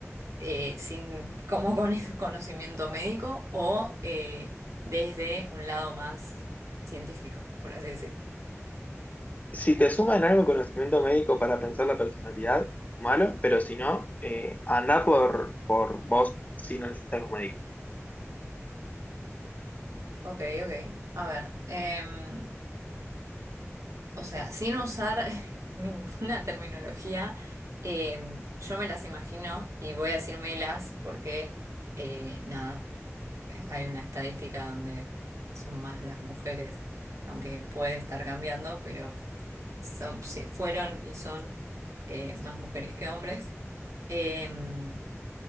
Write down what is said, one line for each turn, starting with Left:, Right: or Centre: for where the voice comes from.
Right: eh, sin, como con ese conocimiento médico o eh, desde un lado más científico, por así decirlo.
Left: Si te suman algo conocimiento médico para pensar la personalidad, malo, pero si no, eh, andá por, por vos sin el sesgo médico.
Right: Ok, ok. A ver. em, O sea, sin usar <laughs> ninguna terminología, eh, yo me las imagino y voy a decir melas porque, eh, nada, eh, hay una estadística donde son más las mujeres, aunque puede estar cambiando, pero son, sí, fueron y son eh, más mujeres que hombres. Em,